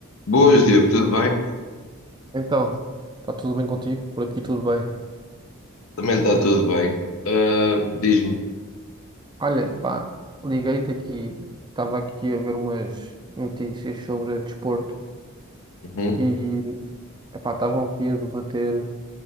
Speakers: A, on the left; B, on the right.
A: Boas, Diogo, tudo bem?
B: Então, está tudo bem contigo? Por aqui tudo bem.
A: Também está tudo bem. Ah, diz-me.
B: Olha, pá, liguei-te aqui, estava aqui a ver umas notícias sobre desporto
A: Uhum.
B: e, epá, estavam aqui a debater